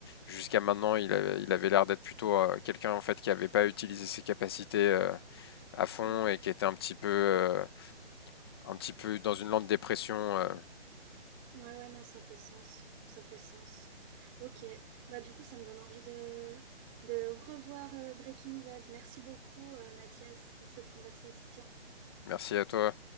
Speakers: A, on the left; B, on the right.
A: jusqu'à maintenant, il avait, il avait l'air d'être plutôt euh, quelqu'un en fait qui n'avait pas utilisé ses capacités euh, à fond
B: Ouais.
A: et qui était un petit peu, euh, un petit peu dans une lente dépression. euh.
B: Ouais, ouais, non, ça fait sens. Ça fait sens. Ok. Bah, du coup, ça me donne envie de, de revoir euh, Breaking Bad. Merci beaucoup, euh, Mathias, pour cette conversation.
A: Merci à toi.